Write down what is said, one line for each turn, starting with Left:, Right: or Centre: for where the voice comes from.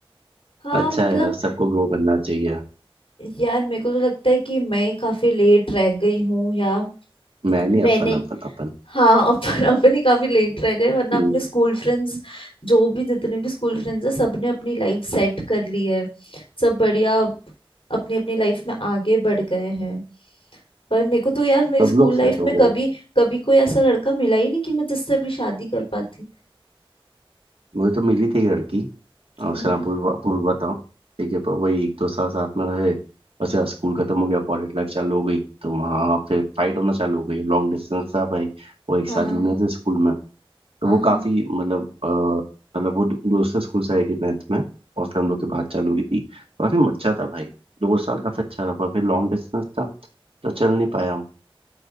Left: हाँ
Right: अच्छा
Left: मतलब
Right: है यार सबको ग्रो करना चाहिए
Left: यार मेरे को तो लगता है कि मैं काफी लेट रह गई हूँ या
Right: मैं नहीं
Left: मैंने
Right: अपन अपन अपन
Left: हाँ अपन अपन ही काफी लेट रह गए वरना
Right: हम्म,
Left: अपने स्कूल फ्रेंड्स जो भी जितने भी स्कूल फ्रेंड्स हैं सबने अपनी लाइफ सेट कर ली है सब बढ़िया अपनी अपनी लाइफ में आगे बढ़ गए हैं पर मेरे को तो यार मेरी
Right: सब
Left: स्कूल
Right: लोग सेट
Left: लाइफ
Right: हो
Left: में
Right: गए
Left: कभी कभी कोई ऐसा लड़का मिला ही नहीं कि मैं जिससे भी शादी कर पाती
Right: मुझे तो मिली थी एक लड़की अ, उसका
Left: हम्म
Right: नाम पूर्वा पूर्वा था ठीक है पर वही एक दो साल साथ में रहे बस यार स्कूल खत्म हो गया कॉलेज लाइफ चालू हो गई तो वहाँ फिर फाइट होना चालू हो गई लॉन्ग डिस्टेंस था भाई वो एक
Left: हाँ
Right: साथ जूनियर थे स्कूल में तो
Left: हाँ
Right: वो
Left: हाँ
Right: काफी मतलब अ, मतलब वो दू- दूसरे स्कूल से आई थी 9th में और फिर हम लोग की बात चालू हुई थी काफी अच्छा था भाई दो साल काफी अच्छा रहा पर फिर लॉन्ग डिस्टेंस था तो चल नहीं पाया हम